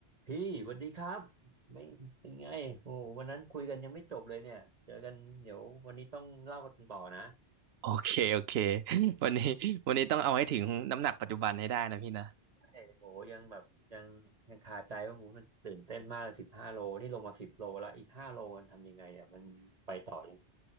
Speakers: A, on the right; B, on the right.
A: พี่สวัสดีครับไม่เป็นไงโอ้วันนั้นคุยกันยังไม่จบเลยเนี่ยเจอกันเดี๋ยววันนี้ต้องเล่ากันต่อนะ
B: โอเคโอเค <laughs> วันนี้ <laughs> วันนี้ต้องเอาให้ถึงน้ำหนักปัจจุบันให้ได้นะพี่นะ
A: ใช่โอ้ยังแบบยังยังคาใจว่าโอ้มันตื่นเต้นมากเลยสิบห้าโลนี่ลงมาสิบโลแล้วอีกห้าโลมันทำยังไงอ่ะมันไปต่อยัง